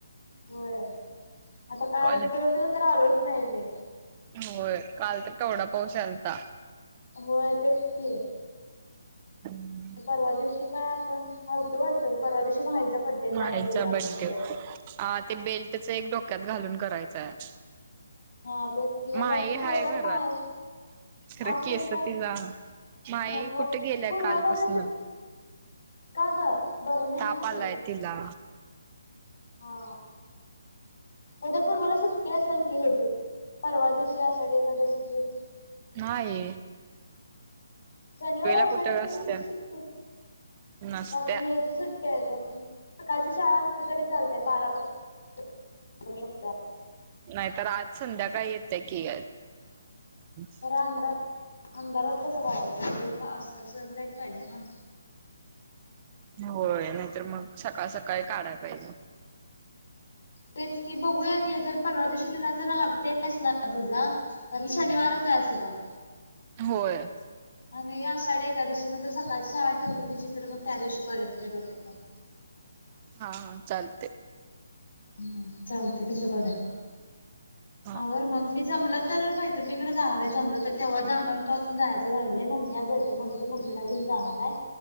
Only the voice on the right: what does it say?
कॉलेज
होय काल तर के वढा पाऊस यालता.
हम्
माहीचा
बड्डे
अ ते बेल्टच एक डोक्यात घालून करायचंय आज.
माय
हाय घरात.
खरं
केस
तिला माई
कुठे गेल्या
कालपसून.
ताप
आलाय तिला.
नाए
कुठे
असत्या
नसत्या
नाही तर आज संध्याकाळी येते की, <unintelligible>
होय, नाहीतर मग सकाळ सकाळी काढायला पाहिजे.
होय
हा हा चालतयं
हा